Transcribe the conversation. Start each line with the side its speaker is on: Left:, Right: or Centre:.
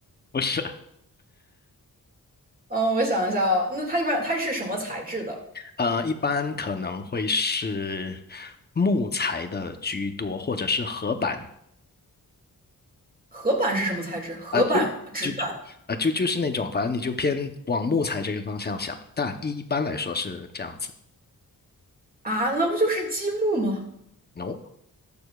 Left: 不是，
Right: 嗯，我想一下啊，那它一般它是什么材质的？
Left: 呃，一般可能会是木材的居多，或者是合板，
Right: 合板是什么材质？合板、
Left: 啊、就就就啊、
Right: 纸板
Left: 就就是那种，反正你就偏往木材这个方向想，但一一般来说是这样子。
Right: 啊，那不就是积木吗？
Left: No，